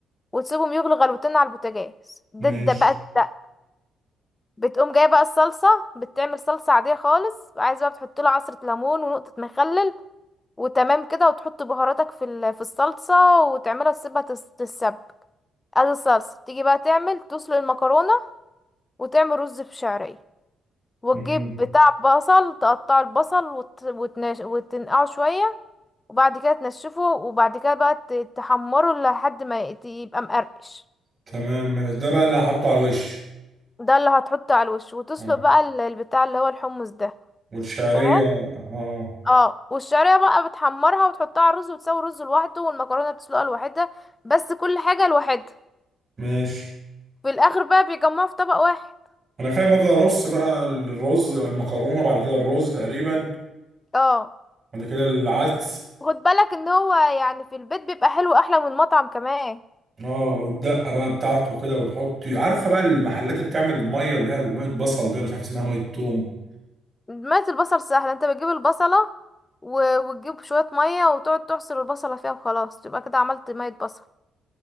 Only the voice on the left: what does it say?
وتسيبهم يغلوا غلوتين على البوتاجاز ده
ده بقى ده بتقوم جايه بقى الصلصه بتعمل صلصه عاديه خالص عايزه بقى بتحط له عصره ليمون ونقطه مخلل وتمام كده وتحط بهاراتك في ال- في الصلصه وتعملها تسيبها تس- تتسبك ادي الصلصه تيجي بقى تعمل تسلق المكرونه وتعمل رز في شعريه وتجيب
بتاع بصل تقطع البصل وت... وتنش... وتنقعه شويه وبعد كده تنشفه وبعد كده بقى ت- تحمره لحد ما يت- يبقى مقرقش
ده اللي هتحطه على الوش وتسلق
بقى ال- البتاع اللي هو الحمص ده
تمام
اه والشعريه بقى بتحمرها وتحطها على الرز وتسوي الرز لوحده والمكرونه بتسلقها لوحدها بس كل حاجه لوحدها
في الاخر بقى بيجمعوا في طبق واحد
اه
خد بالك ان هو يعني في البيت بيبقى حلو احلى من المطعم كمان
ميه البصل سهله انت بتجيب البصله و- وتجيب شويه ميه وتقعد تعصر البصله فيها وخلاص تبقى كده عملت ميه بصل